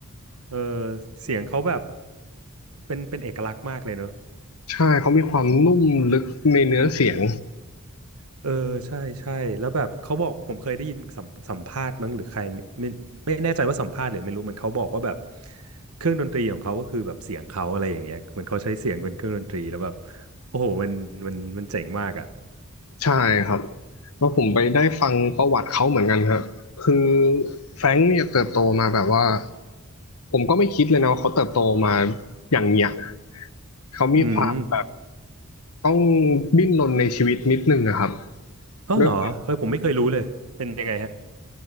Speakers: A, on the right; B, on the left.
A: เออเสียงเขาแบบเป็นเป็นเอกลักษณ์มากเลยเนอะ
B: ใช่ เขามีความนุ่มลึกในเนื้อเสียง
A: เออใช่ใช่แล้วแบบเขาบอกผมเคยได้ยินสัมสัมภาษณ์มั้งหรือใครไม่ไม่ไม่แน่ใจว่าสัมภาษณ์หรือไม่รู้เหมือนเขาบอกว่าแบบเครื่องดนตรีของเขาก็คือแบบเสียงเขาอะไรอย่างเงี้ยเหมือนเขาใช้เสียงเป็นเครื่องดนตรีแล้วแบบโอ้โหมันมันมันเจ๋งมากอ่ะ
B: ใช่ครับแล้วผมไปได้ฟังประวัติเขาเหมือนกันครับคือแฟรงค์เนี่ยเติบโตมาแบบว่าผมก็ไม่คิดเลยนะว่าเขาเติบโตมาอย่างเนี้ยเขามีความแบบ
A: อืม
B: ต้องดิ้นรนในชีวิตนิดนึงนะครับ
A: อ๋อเหรอเฮ้ยผมไม่เคยรู้เลยเป็นยังไงฮะ
B: ด้วยความ